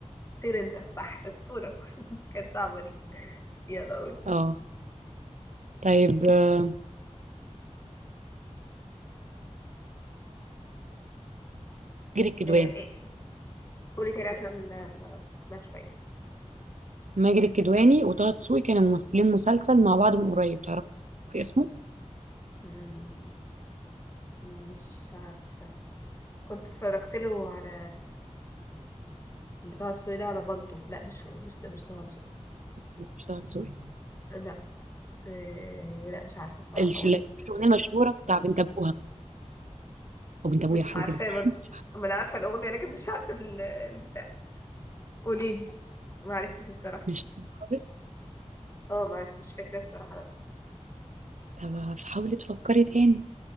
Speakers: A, on the left; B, on the right.
A: طير انت صح شطوره <laughs> كانت صعبه دي يلا قول
B: اه طيب آه، ماجد الكدواني
A: آه، إيه؟ قولي تاني عشان ما ما سمعتش كويس
B: ماجد الكدواني وطه دسوقي كانوا ممثلين مسلسل مع بعض من قريب تعرفي اسمه
A: مم، مش عارفة كنت اتفرجت له على اللي طه دسوقي ده على بالطو لا مش هو مش ده مش طه دسوقي
B: لا، مش طه دسوقي
A: لا آه، لا مش عارفة الصراحة
B: الش-
A: قولي
B: لا، في الاغنيه المشهوره بتاع بنت ابوها او بنت ابويا
A: مش
B: حاجه
A: عارفاه
B: كده
A: برضه
B: <laughs> مش عارفة-
A: ما انا عارفة الأغنية لكن مش عارفة ال- البتاع قولي لي ما عرفتش الصراحة
B: مش فاكرة.
A: اه ما عرف مش فاكرة الصراحة لا
B: طب حاولي تفكري تاني